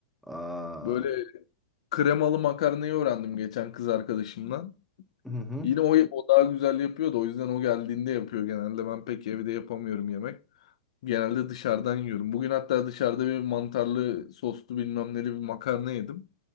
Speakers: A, in the centre; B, on the left.
A: Aa.
B: Böyle kremalı makarnayı öğrendim geçen kız arkadaşımdan.
A: Hı hı.
B: Yine o, o daha güzel yapıyor da o yüzden o geldiğinde yapıyor genelde. Ben pek evde yapamıyorum yemek. Genelde dışarıdan yiyorum. Bugün hatta dışarıda bir mantarlı soslu bilmem neli bir makarna yedim.